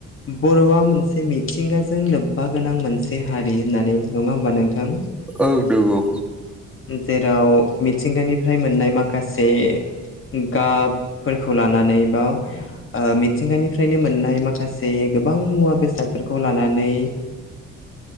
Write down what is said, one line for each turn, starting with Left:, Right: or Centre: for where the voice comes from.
Left: बर'आ मोनसे मिथिंगाजों लोब्बा गोनां मोनसे हारि होननानै नङा होमबा नोंथां
Centre: औ नंगौ
Left: जेराव मिथिंगानिफ्राय मोननाय माखासे गाबफोरखौ लानानै बा ओ मिथिंगानिफ्रायनो मोननाय माखासे गोबां मुवा बेसादफोरखौ लानानै
Centre: <inaudible>